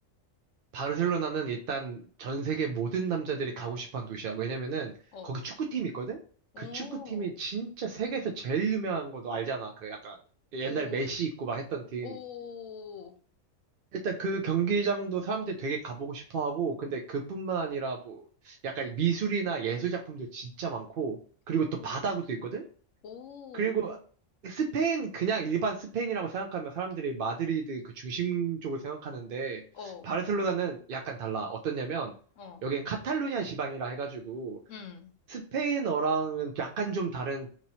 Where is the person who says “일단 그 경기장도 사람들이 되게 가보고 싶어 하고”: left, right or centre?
Right